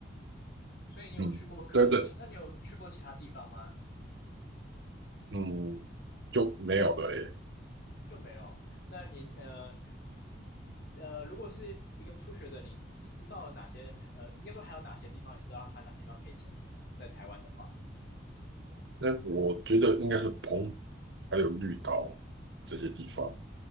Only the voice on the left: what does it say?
所以你有去过垦丁，
那你有去过其他地方吗？
就没有。那你呃呃，如果是一个初学者，你你知道哪些呃，应该说还有哪些地方，你知道还有哪些地方可以潜水吗？在台湾的话，